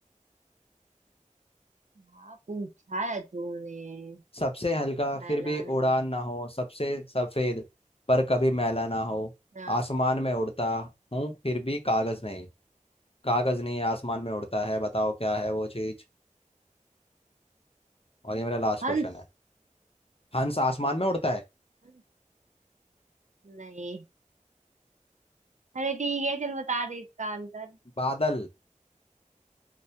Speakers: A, on the right; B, on the left.
A: हाँ पूछा है तूने
B: सबसे हल्का
A: लाला
B: फिर भी उड़ान
A: नहीं
B: ना हो सबसे सफेद पर कभी मैला ना हो
A: हाँ
B: आसमान में उड़ता हूँ फिर भी कागज नहीं कागज नहीं आसमान में उड़ता है बताओ क्या है वो चीज और ये मेरा लास्ट
A: हंस
B: क्वेश्चन है हंस आसमान में उड़ता है
A: हंस नहीं अरे ठीक है चल बता दे इसका आंसर
B: बादल